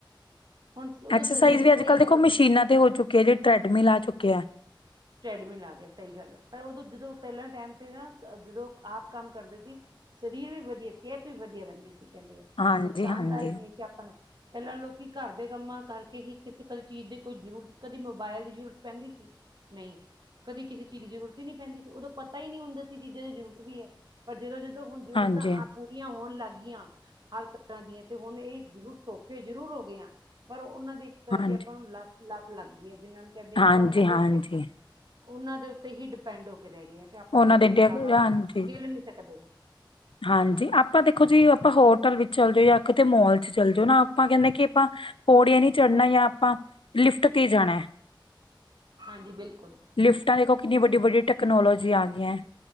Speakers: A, on the right; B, on the left.
A: ਹੁਣ ਉਦੋਂ
B: ਐਕਸਰਸਾਈਜ਼
A: ਸਰੀਰ ਵੀ ਸਹੀ
B: ਅੱਜ ਕੱਲ੍ਹ
A: ਰਹਿੰਦੇ
B: ਦੇਖੋ ਮਸ਼ੀਨਾਂ
A: ਸੀ
B: ਤੇ ਹੋ ਚੁੱਕੇ ਆ ਜਿਹੜ ਟ੍ਰੈਡਮਿਲ ਆ ਚੁੱਕੇ ਆ।
A: ਟ੍ਰੈਡਮਿਲ ਆ ਗਿਆ ਸਹੀ ਗੱਲ ਪਰ ਉਦੋਂ ਜਦੋਂ ਪਹਿਲਾਂ ਟਾਈਮ ਤੇ ਨਾ ਜਦੋਂ ਆਪ ਕੰਮ ਕਰਦੇ ਸੀ ਸਰੀਰ ਵੀ ਵਧੀਆ ਸਿਹਤ ਵੀ ਵਧੀਆ ਰਹਿੰਦੀ ਸੀ ਕਹਿੰਦੇ ਆ
B: ਹਾਂਜੀ
A: ਨੁਕਸਾਨਦਾਇਕ
B: ਹਾਂਜੀ
A: ਨਹੀਂ ਸੀ ਆਪਾਂ ਨੂੰ, ਪਹਿਲਾਂ ਲੋਕੀ ਘਰ ਦੇ ਕੰਮਾਂ ਕਰਕੇ ਹੀ ਕਿਸੇ ਕਦੇ ਚੀਜ਼ ਦੀ ਕੋਈ ਜ਼ਰੂਰਤ ਕਦੇ ਮੋਬਾਇਲ ਦੀ ਜ਼ਰੂਰਤ ਪੈਂਦੀ ਸੀ। ਨਹੀਂ ਕਦੇ ਕਿਸੇ ਚੀਜ਼ ਦੀ ਜ਼ਰੂਰਤ ਹੀ ਨਹੀਂ ਪੈਂਦੀ ਸੀ ਉਦੋਂ ਪਤਾ ਹੀ ਨਹੀਂ ਹੁੰਦਾ ਸੀ ਚੀਜ਼ਾਂ ਦੀ ਜ਼ਰੂਰਤ ਵੀ ਹੈ ਪਰ ਜਦੋਂ ਜਦੋਂ ਹੁਣ ਜਰੂਰਤਾਂ
B: ਹਾਂਜੀ
A: ਪੂਰੀਆਂ ਹੋਣ ਲੱਗ ਗਈਆਂ ਹਰ ਤਰ੍ਹਾਂ ਦੀਆਂ ਤੇ ਹੁਣ ਇਹ ਜ਼ਰੂਰ ਸੌਖੇ ਜ਼ਰੂਰ ਹੋ ਗਏ ਆ ਪਰ ਉਹਨਾਂ ਦੇ ਤਰ੍ਹਾਂ
B: ਹਾਂਜੀ
A: ਦੀ ਆਪਾਂ ਨੂੰ ਲੱਤ ਲੱਤ ਲੱਗ ਗਈ ਹੈ ਜਿਹਨਾਂ ਨੂੰ ਕਹਿੰਦੇ ਆ ਆਪਾਂ
B: ਹਾਂਜੀ
A: ਉਹਨਾਂ ਦੇ
B: ਹਾਂਜੀ
A: ਉੱਤੇ ਉਹਨਾਂ ਦੇ ਉੱਤੇ ਹੀ ਡਿਪੈਂਡ ਹੋ ਕੇ ਰਹਿ ਗਏ ਆ ਕਿ ਆਪਾਂ
B: ਉਹਨਾਂ
A: ਹੁਣ
B: ਦੇ
A: ਇਸ ਤੋਂ ਇਲਾਵਾ
B: ਹਾਂਜੀ
A: ਖੇਲ ਨੀ ਸਕਦੇ।
B: ਹਾਂਜੀ ਆਪਾਂ ਦੇਖੋ ਜੀ ਆਪਾਂ ਹੋਟਲ ਵਿੱਚ ਚੱਲ ਜੋ ਜਾਂ ਕਿਤੇ ਮੋਲ ਚ ਚੱਲ ਜੋ ਨਾ ਆਪਾਂ ਕਹਿੰਦੇ ਕਿ ਆਪਾਂ ਪੌੜੀਆਂ ਨਹੀਂ ਚੜ੍ਹਨਾ ਜਾਂ ਆਪਾਂ ਲਿਫਟ ਤੇ ਜਾਣੈ।
A: ਹਾਂਜੀ ਬਿਲਕੁਲ
B: ਲਿਫਟਾਂ ਦੇਖੋ ਕਿੰਨੀ ਵੱਡੀ ਵੱਡੀ ਟੈਕਨੋਲੋਜੀ ਆ ਗਈ ਹੈ।